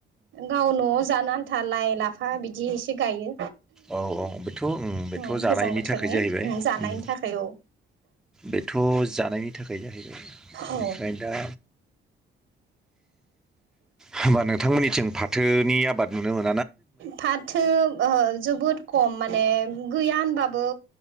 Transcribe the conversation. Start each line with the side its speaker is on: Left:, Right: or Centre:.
Right: गाव न'आव जानो आन्था लाइ, लाफा बिदि एसे गायो
Centre: औ - औ बेथ' - बेथ'
Right: उम
Centre: जानायनि
Right: गोजां बोथोरनि
Centre: थाखाय जाहैबाय
Right: उम जानायनि थाखाय औ
Centre: बेथ' जानायनि थाखाय जाहैबाय
Right: औ
Centre: बेनिफ्राय दा होमबा नोंथांमोननिथिं फाथोनि आबाद नुनो मोनो
Right: फाथो जोबोद खम माने गैया होनबाबो